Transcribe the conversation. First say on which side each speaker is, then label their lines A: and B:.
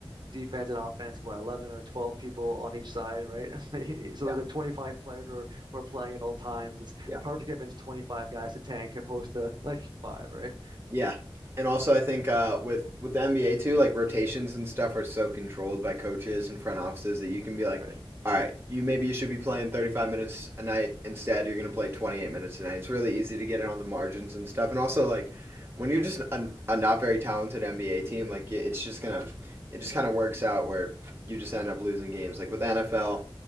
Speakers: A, on the right (about 50°); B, on the right (about 25°).
A: defense and offense, what, 11 or 12 people on each side, right? <laughs> So
B: yeah,
A: there's like 25 players who are, who are playing at all times. It's
B: yeah.
A: hard to convince 25 guys to tank opposed to like five, right?
B: Yeah. And also I think uh with with the NBA too, like rotations and stuff are so controlled by coaches and front offices that you can be like,
A: Right.
B: all right, you maybe you should be playing 35 minutes a night instead you're going to play 28 minutes a night. It's really easy to get in on the margins and stuff. And also like when you're just a, a not very talented NBA team, like it- it's just going to it just kind of works out where you just end up losing games. Like with NFL,